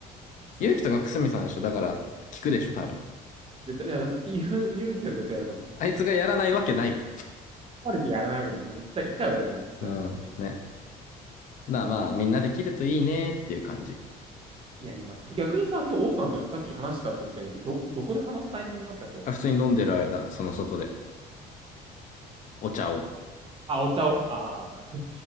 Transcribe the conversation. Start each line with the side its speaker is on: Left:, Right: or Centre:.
Right: そうね。
Left: 勇気とかくすみさんでしょだから、聞くでしょ、多分。
Right: 絶対、いや、言う、言うけど絶対やると思う。
Left: あいつがやらないわけない
Right: 壊れてやらないわけだ。もう絶対1回はやると思う。少なくとも。
Left: もん。うん。ね。なあまあ、みんなできるといいねっていう感じ。
Right: やります。逆にさ、今日王さんとさっき話したって言ってたけど、ど、どこで話すタイミングがあった今日。
Left: あ普通に飲んでる間、その外で、お茶を。
Right: あ、お茶をああー。